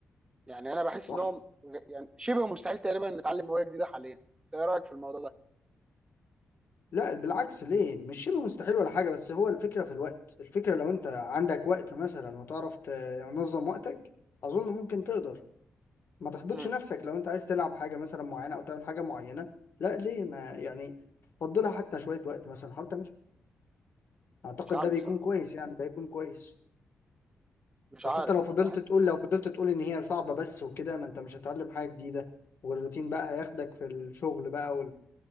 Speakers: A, on the right; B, on the left.
A: يعني انا بحس
B: صح
A: ان هو غ- يعني شبه مستحيل تقريبا نتعلم هوايه جديده حاليا انت ايه رايك في الموضوع ده؟
B: لا بالعكس ليه مش شبه مستحيل ولا حاجة بس هو الفكرة في الوقت الفكرة لو انت عندك وقت مثلا وتعرف تنظم وقتك اظن ممكن تقدر ما تحبطش
A: مم.
B: نفسك لو انت عايز تلعب حاجة مثلا معينة او تعمل حاجة معينة لا ليه ما يعني فضلها حتى شوية وقت مثلا حاول تعمل اعتقد
A: مش عارف
B: ده بيكون
A: بصراحه
B: كويس يعني ده يكون كويس
A: مش
B: بس
A: عارف
B: انت لو فضلت
A: بحس
B: تقول لو فضلت تقول ان هي صعبة بس وكده ما انت مش هتتعلم حاجة جديدة والروتين بقى هياخدك في الشغل بقى